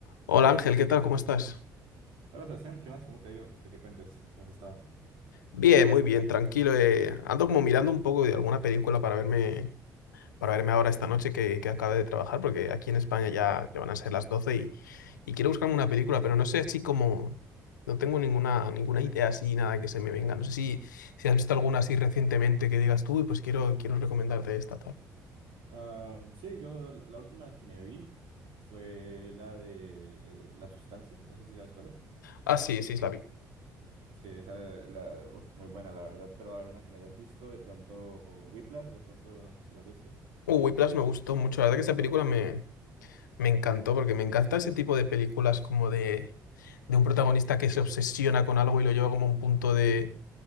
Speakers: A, on the left (about 75°); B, on the right (about 60°).
A: Hola Ángel, ¿qué tal? ¿Cómo estás?
B: Hola Sebastián, ¿qué más? ¿Cómo te ha ido? ¿Qué te cuentes? ¿Cómo has estado?
A: Bien, muy bien, tranquilo. eh, Ando como mirando un poco de alguna película para verme, para verme ahora esta noche que, que acabe de trabajar, porque aquí en España ya, ya van a ser las 12 y, y quiero buscarme una película, pero no sé así como... No tengo ninguna, ninguna idea así, nada que se me venga. No sé si, si has visto alguna así recientemente que digas tú, y pues quiero, quiero recomendarte esta tal.
B: Ah, sí, yo la la última que me vi fue la de La Sustancia, no sé si sabes cuál es.
A: Ah, sí, sí, la vi.
B: Sí, esa, la, uf, muy buena la verdad, pero a ver una que no hayas visto, de pronto Whiplash, de pronto no sé si la has visto,
A: Uy, Plus me gustó mucho. La verdad que esa película me, Me encantó, porque me encanta ese tipo de películas como de, de un protagonista que se obsesiona con algo y lo lleva como a un punto de,